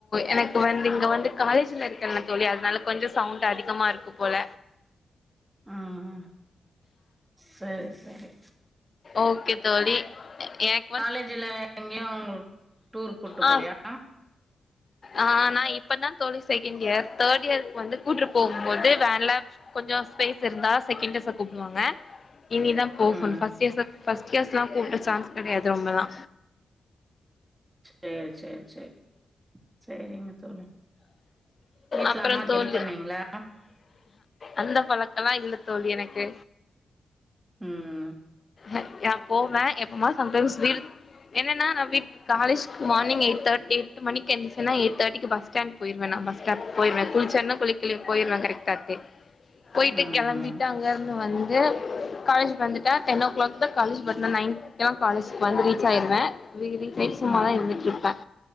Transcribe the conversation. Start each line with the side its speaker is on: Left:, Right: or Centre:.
Left: எனக்கு வந்து இங்க வந்து காலேஜ்ல இருக்கேனா தோழி அதனால கொஞ்சோ சவுண்ட் அதிகமா இருக்கும் போல
Right: ம் ம் செரி செரி
Left: ஓகே தோழி எக்
Right: காலேஜ்ல எங்கேயு டூர் கூட்டு
Left: ஆ
Right: போலையா
Left: ஆ நா இப்ப தா தோழி செகண்ட் இயர் தேர்ட் இயருக்கு வந்து கூட்டு போகும் போது வேன்ல கொஞ்சோ ஸ்பேஸ் இருந்தா செகண்ட் இயர்ஸஸ கூப்டுவாங்க இனி தா போகனு
Right: ம்
Left: ஃபர்ஸ்ட் இயர்ஸ ஃபர்ஸ்ட் இயர்ஸ்லாம் கூப்ட சான்ஸ் கெடையாது ரொம்பலா
Right: சேரி சேரி சேரி செரிங்க தோழி வீட்டுல
Left: அப்றோ
Right: அம்மாக்கு
Left: தோழி
Right: ஹெல்ப் பண்ணுவீங்களா
Left: அந்த பழக்கல்லா இல்ல தோழி எனக்கு
Right: ம்
Left: அ நா போவே எப்போமா சம்டைம்ஸ் வீடு என்னன்னா நான் வீட்டு காலேஜ்கு மார்னிங் எயிட் தெட்டி எட்டு மணிக்கு எந்துருச்சுன்னா எய் தேர்டி பஸ்ஸாண்ட் போயிருவேன் நா பஸ் ஸ்டாப் போய்ருவேன் குளிச்சன்ன குளிகளையோ போய்ருவேன் கரெக்ட தெ போயிட்டு
Right: ம்
Left: கெளம்பிட்டு அங்க இருந்து வந்து காலேஜ் வந்துட்ட டென் ஓ கிளக் தான் காலேஜ் பட் நா நைன் க்குலா காலேஜு வந்து ரீச் ஆயிருவேன் வெரி டைம் சும்மாதா
Right: ம் ம்
Left: இருந்துட்டு இருப்பேன்